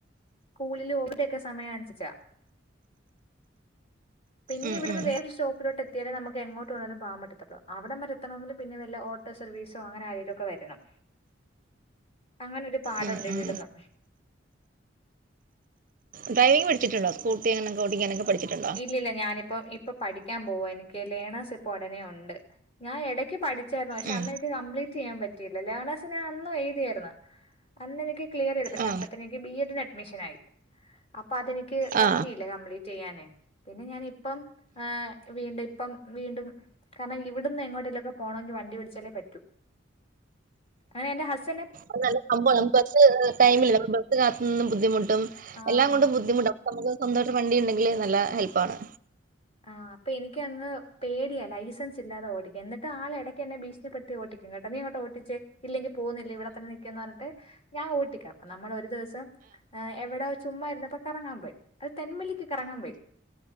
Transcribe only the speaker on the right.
ഉം,
ഉം,
ഉം, ഉം.
ഡ്രൈവിങ് പഠിച്ചിുണ്ടോ സ്കുട്ടി അങ്ങനെോട്ടിങ്ങനക്കെ പഠിച്ചിട്ടുണ്ടോ
ഉം,
ആ,
ആ.
അത് നല്ല സംഭവാണ് നമ്മുക്ക് പക്ഷേ ടൈമില്ല ബസ് കാത്ത് നിന്ന് ബുദ്ധിമുട്ടും
എല്ലാം കൊണ്ടും ബുദ്ധിമുട്ടാ നമുക്ക് സ്വന്തമായിട്ട് വണ്ടി ഉണ്ടെങ്കിൽ നല്ല ഹെൽപ്പ് ആണ്